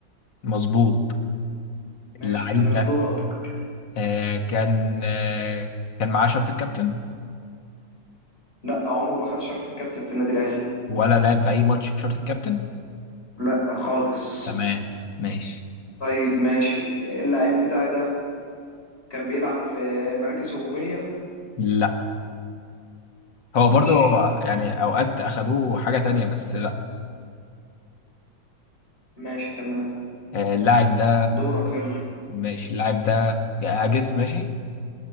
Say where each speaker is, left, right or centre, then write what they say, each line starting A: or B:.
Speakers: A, on the left; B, on the left.
A: مظبوط
B: ماشي
A: اللعيب
B: تمام
A: ده
B: دورك
A: آه كان آه كان معاه شرط الكابتن
B: لا عمره ما خد شرط الكابتن في النادي الأهلي
A: ولا لعب في أي ماتش بشرط الكابتن؟
B: لا خالص
A: تمام ماشي
B: طيب ماشي اللعيب بتاعي ده كان بيلعب في مراكز هجومية
A: لا. هو
B: ماشي
A: برضه هو يعني اوقات اخدوه حاجه تانية بس لا
B: ماشي تمام
A: آه، اللاعب ده
B: دورك يلا
A: ماشي اللاعب ده يا هاجس ماشي